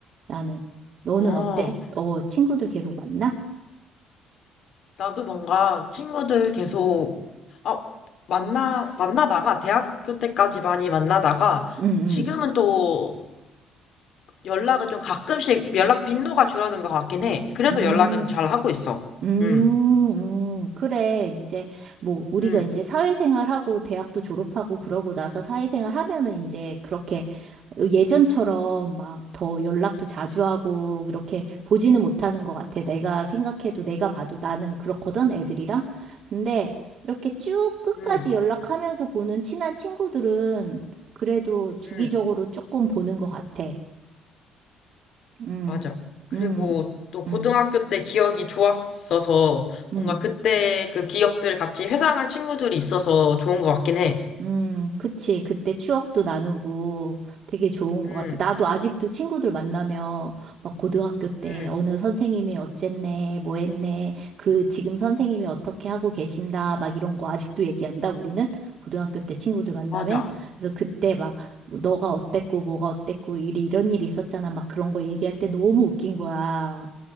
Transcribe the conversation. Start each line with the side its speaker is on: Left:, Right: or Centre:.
Right: 나는. 너는
Left: 어,
Right: 어때? 어, 친구들 계속 만나?
Left: 나도 뭔가 친구들 계속, 아, 만나, 만나다가, 대학교 때까지 많이 만나다가,
Right: 응,
Left: 지금은
Right: 응.
Left: 또 연락을 좀 가끔씩 연락 빈도가 줄어든 것 같긴 해. 그래도
Right: 음,
Left: 연락은 잘 하고 있어.
Right: 음,
Left: 응,
Right: 음. 그래. 이제, 뭐, 우리가
Left: 응,
Right: 이제 사회생활하고 대학도 졸업하고 그러고 나서 사회생활 하면은 이제 그렇게 예전처럼 막 더 연락도 자주 하고 그렇게 보지는 못하는 것 같아. 내가 생각해도 내가 봐도 나는 그렇거든, 애들이랑. 근데 이렇게 쭉 끝까지
Left: 응,
Right: 연락하면서 보는 친한 친구들은 그래도 주기적으로
Left: 응.
Right: 조금 보는 것 같아. 음,
Left: 맞아. 그리고
Right: 음,
Left: 또 고등학교
Right: 음,
Left: 때 기억이 좋았어서
Right: 음,
Left: 뭔가 그때 그 기억들 같이 회상할 친구들이 있어서 좋은 것 같긴 해.
Right: 음, 그치. 그때 추억도 나누고 되게 좋은
Left: 응
Right: 것 같아. 나도 아직도 친구들 만나면 막 고등학교 때
Left: 응
Right: 어느 선생님이 어쨌네, 뭐 했네, 그 지금 선생님이 어떻게 하고 계신다, 막 이런 거 아직도 얘기한다, 우리는? 고등학교 때 친구들 만나면?
Left: 맞아.
Right: 그래서 그때 막 뭐 너가 어땠고, 뭐가 어땠고, 이리 이런 일이 있었잖아. 막 그런 거 얘기할 때 너무 웃긴 거야.